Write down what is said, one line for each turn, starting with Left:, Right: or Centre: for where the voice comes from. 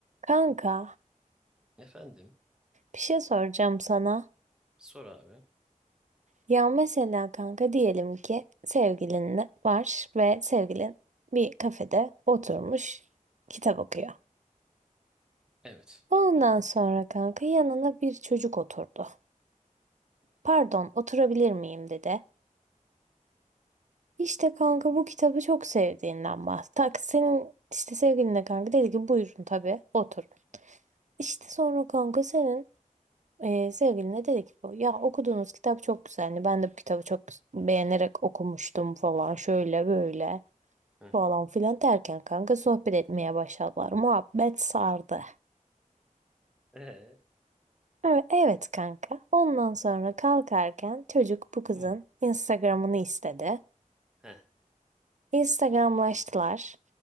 Right: Kanka,
Centre: Efendim?
Right: bir şey soracağım sana.
Centre: Sor abi.
Right: Ya mesela kanka diyelim ki sevgilin var ve sevgilin bir kafede oturmuş kitap okuyor.
Centre: Evet.
Right: Ondan sonra kanka yanına bir çocuk oturdu. Pardon, oturabilir miyim dedi. İşte kanka bu kitabı çok sevdiğinden bahsetti. Senin işte sevgilin de kanka dedi ki buyurun tabii otur. İşte sonra kanka senin Ee, sevgiline dedi ki bu ya okuduğunuz kitap çok güzeldi. Ben de bu kitabı çok beğenerek okumuştum falan şöyle böyle
Centre: Hı hı.
Right: falan filan derken kanka sohbet etmeye başladılar. Muhabbet sardı.
Centre: Ee?
Right: Evet, evet kanka. Ondan sonra kalkarken çocuk bu kızın
Centre: Hı.
Right: Instagram'ını istedi.
Centre: Heh,
Right: Instagramlaştılar.